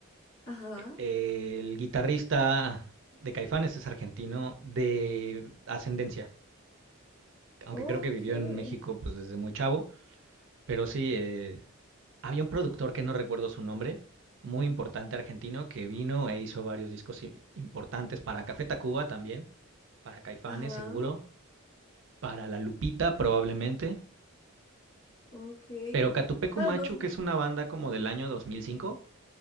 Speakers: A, on the left (about 60°); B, on the right (about 55°).
A: ajá,
B: El guitarrista de Caifanes es argentino de ascendencia, aunque
A: ok,
B: creo que vivió en México pues desde muy chavo, pero sí, eh, había un productor que no recuerdo su nombre, muy importante argentino, que vino e hizo varios discos i- importantes para Café Tacuba también, para Caifanes
A: ajá,
B: seguro, para La Lupita probablemente,
A: ok.
B: pero Catupecu
A: Ah,
B: Machu,
A: no, s-
B: que es una banda como del año 2005,